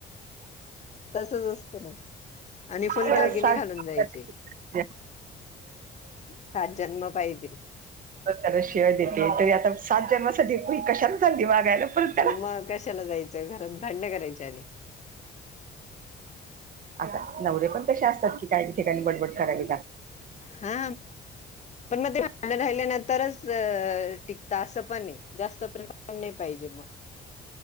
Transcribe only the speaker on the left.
तसच असतं ना आणि फुल
दागिने
घालून जायचे.
सात जन्म पाहिजे
मग कशाला जायच. घरात भांडन करायची आणि
हा पण मग ते <unintelligible> राहिल्या नंतरच आस पण आहे जास्त नाही <unintelligible> पाहिजे मग